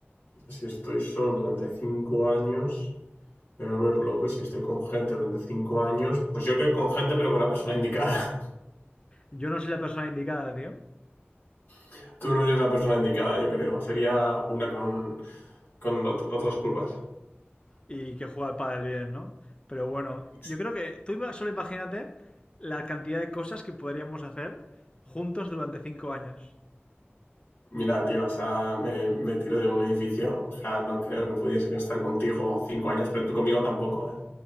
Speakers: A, on the left; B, on the left.
A: Si estoy solo durante cinco años, me voy a volver loco. Y si estoy con gente durante cinco años, pues yo creo que con gente, pero con la persona indicada.
B: Yo no soy la persona indicada, tío.
A: <laughs> Tú no eres la persona indicada, yo creo. Sería una con, con ot- otras curvas.
B: Y que juega al pádel bien, ¿no? Pero bueno,
A: Ex-
B: yo creo que tú iba- solo imagínate la cantidad de cosas que podríamos hacer juntos durante cinco años.
A: Mira, tío, o sea, me, me tiro de un edificio. O sea, no creo que pudiese estar contigo cinco años, pero tú conmigo tampoco, ¿eh?